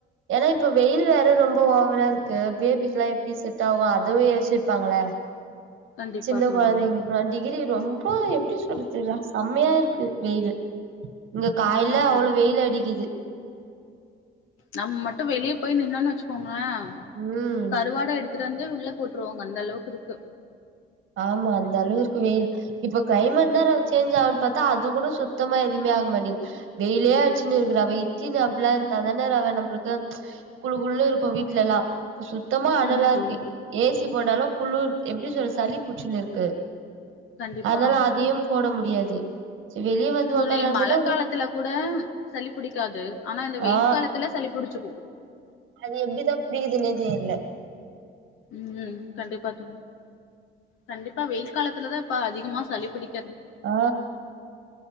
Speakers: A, on the right; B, on the left.
A: ஏனா இப்ப வெயில் வேற ரொம்ப ஓவரா இருக்கு பேபிக்கெல்லா எப்டி செட் ஆகு அதவே ச்சிருப்பாங்கள
B: கண்டிப்பா
A: சின்ன
B: தோழி
A: கொழந்தைங்களுக்லா டிகிரி ரொம்ப எப்டி சொல்றது ரா செமையா இருக்கு வெயில் இங்க காய
B: ஆமா
A: அவ்ளோ
B: தோழி
A: வெயில் அடிக்கிது
B: நம்ம மட்டு வெளிய போய் நின்னொன் வச்சுக்கோங்க ஆ
A: ம்
B: கருவாடா எடுத்துட்டு வந்து உள்ள போட்ருவாங் அந்த அளவுக்கு இருக்கு
A: ஆமா அந்த அளவு இருக்கு வெயில் இப்ப கிளைமேட்னாற சேன்ச் ஆ பாத்தா அது கூட சுத்தமா எதுமே ஆக மாட்டேங்து வெயிலே அடிச்சினு இருக்குடா வெயி இட்டினப்லா இருந்தாதானடா நம்புளுக்கு குளு குளு இருக்கு வீட்லல்லா சுத்தமா அனலா
B: ஆமா
A: இருக்கு
B: தோழி
A: ஏ சி போட்டாலு குளுர் எப்டி சொல்ல சளி புடிச்சினு இருக்கு
B: கண்டிப்பா
A: அதனால அதையு போட முடியாது சரி வெளிய வந்து
B: தோழி
A: உக்காரலான்னு
B: மழ
A: பாத்தா
B: காலத்துல
A: வெ-
B: கூட சளி புடிக்காது ஆனா இந்த வெயில்
A: ஆ
B: காலத்துல சளி புடிச்சிக்கு
A: அது எப்டிதா புடிக்குதுனே தெர்ல
B: ம் கண்டிப்பா தோழி கண்டிப்பா வெயில் காலத்துலதா இப்ப அதிகமா சளி பிடிக்
A: ஆ